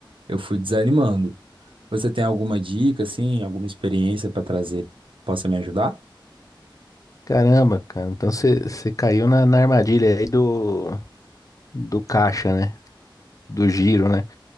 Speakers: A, on the right; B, on the left.
A: eu fui desanimando. Você tem alguma dica, assim, alguma experiência para trazer que possa me ajudar?
B: Caramba, cara. Então você você caiu na, na armadilha aí do, do caixa, né? Do giro, né?